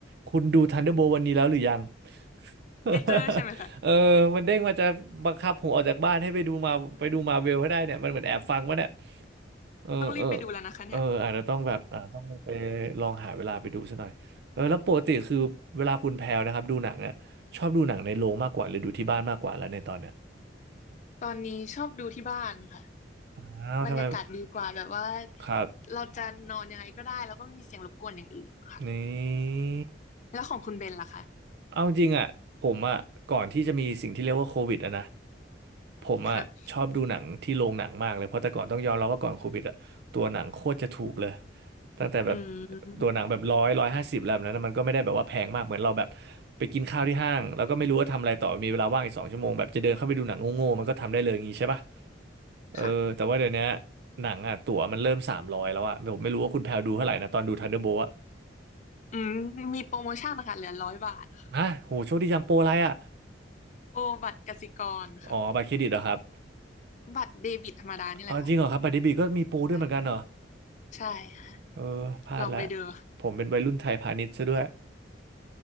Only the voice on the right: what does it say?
คุณดู Thunderbolt วันนี้แล้วหรือยัง <laughs>
เออมันเด้งมาจะบังคับผมออกจากบ้านให้ไปดูมาไปดูมาเวลให้ได้เนี่ยมันเหมือนแอบฟังวะเนี่ยเออเออ
เอออาจจะต้องแบบอ่าต้องไปลองหาเวลาไปดูซะหน่อยเออแล้วปกติคือเวลาคุณแพรวนะครับดูหนังอะชอบดูหนังในโรงมากกว่าหรือดูที่บ้านมากกว่าแล้วในตอนเนี้ย
อ้าวทำไม
ครับ
นี่
เอาจริงอ่ะผมอ่ะก่อนที่จะมีสิ่งที่เรียกว่าโควิดอ่ะนะผมอ่ะชอบดูหนังที่โรงหนังมากเลยเพราะแต่ก่อนต้องยอมรับว่าก่อนโควิดอ่ะตัวหนังโคตรจะถูกเลย
ตั้งแต่แบบ
ตัวหนังแบบร้อยร้อยห้าสิบแล้วแบบนั้นนะมันก็ไม่ได้แบบว่าแพงมากเหมือนเราแบบไปกินข้าวที่ห้างแล้วก็ไม่รู้ว่าทำอะไรต่อมีเวลาว่างอีกสองชั่วโมงแบบจะเดินเข้าไปดูหนังโง่ๆมันก็ทำได้เลยอย่างงี้ใช่ปะเออแต่ว่าเดี๋ยวนี้
หนังอ่ะตั๋วมันเริ่มสามร้อยแล้วอ่ะผมไม่รู้ว่าคุณแพลดูเท่าไหร่นะตอนดูทันเดอร์โบอ่ะ
ฮะโหโชคดีจังโปรอะไรอ่ะ
อ๋อบัตรเครดิตเหรอครับ
ออจริงเหรอครับบัดดี้บีก็มีปูด้วยเหมือนกันเหรอ
เออพลาดละ
ผมเป็นวัยรุ่นไทยพาณิชย์ซะด้วย